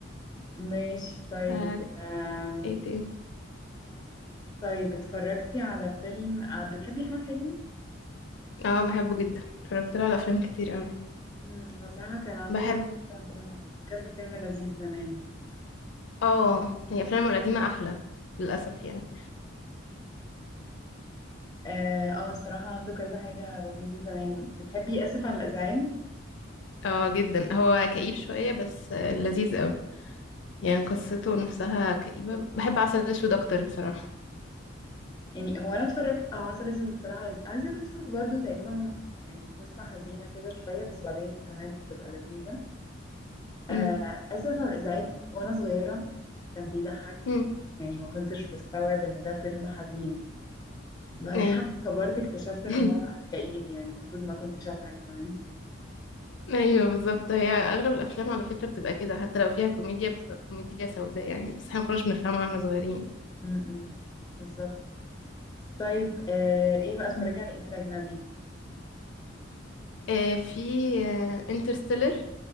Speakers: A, on the left; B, on the left.
A: ماشي طيب
B: ف-
A: أم...
B: ايه تاني
A: طيب اتفرجتي على فيلم آه، بتحبي احمد حلمي
B: اه بحبه جدا اتفرجت له على افلام كتير قوي
A: مم، هو صراحه كان عنده
B: بحب
A: كذا فيلم كذا فيلم لذيذ زمان
B: اه هي افلامه القديمه احلى للاسف يعني
A: اه آه، صراحه عنده كذا حاجه لذيذه زمان بتحبي اسف على الازعاج
B: اه جدا هو كئيب شويه بس آه، لذيذ قوي يعني قصته نفسها كئيبه بحب عسل اسود اكتر بصراحه
A: يعني هو انا اتفرجت اه عسل اسود الصراحه لذيذ عسل اسود برضو تقريبا من- يعني قصه حزينه كده شويه بس بعدين تمام بتبقى لذيذه آه
B: امم
A: اسف على الازعاج وانا صغيره كان بيضحكني
B: امم
A: يعني ما كنتش بستوعب ان ده فيلم حزين بعدين
B: ايوه
A: <laughs> لما كبرت اكتشفت ان
B: <laughs>
A: هو كئيب يعني المفروض ما كنتش اضحك زمان
B: ايوه بالظبط هي اغلب الافلام على فكره بتبقى كده حتى لو فيها كوميديا بتبقى كوميديا سوداء يعني بس احنا ما كناش بنفهمها واحنا صغيرين
A: م-م. بالظبط طيب آه ايه بقى اتفرجي
B: مم.
A: على ايه في الاجنبي
B: آه في انترستيلر